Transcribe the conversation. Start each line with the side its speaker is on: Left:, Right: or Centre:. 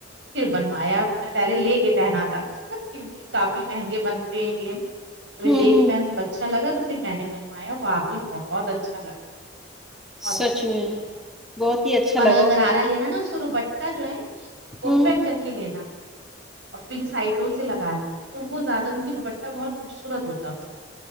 Right: پھر بنوایا اپ نے پہلے لے کے پہنا تھا کیونکہ کافی مہنگے بنتے ہیں یہ توپھر
Centre: ہوں
Right: لے کے
Centre: ہوں
Right: پہنے تو اچھا لگا تو پھر میں نے بنوایا وہ وآقی بہت اچھا لگا بہت
Centre: سچ
Right: اچھا۔
Centre: میں بہت ہی اچھا
Right: اور
Centre: لگا
Right: اگر گرارہ
Centre: کہ
Right: لینا نا اس کو ڈوپٹہ جو ہے وہ
Centre: ہوں
Right: اپتن کر کے لینا اور پھر سائٹوں سے لگا لتا تو وہ زیادہ ان کی دوپٹہ بہت خوبصورت ہوتا اس کا